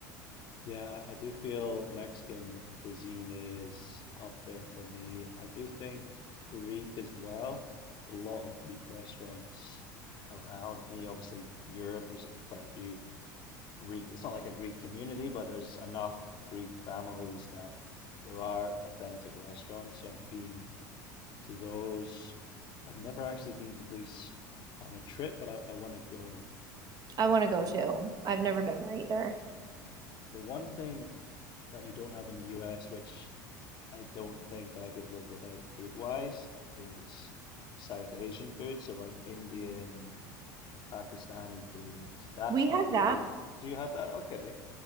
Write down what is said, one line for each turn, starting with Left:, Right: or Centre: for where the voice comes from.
Left: Yeah, I do feel Mexican cuisine is up there for me. I do think Greek as well. A lot of Greek restaurants around me. Obviously, Europe, there's a, quite a few Greek. It's not like a Greek community, but there's enough Greek families that there are authentic restaurants. So I've been to those. I've never actually been to Greece on a trip, but I, I want to go.
Right: I want to go
Left: The-
Right: too. I've
Left: Yeah.
Right: never been there either.
Left: Oh. The one thing that you don't have in the US, which I don't think I could live without food wise, is South Asian food. So, like Indian, Pakistani food. That's
Right: We
Left: not
Right: have
Left: really.
Right: that.
Left: uh, Do you have that? Okay.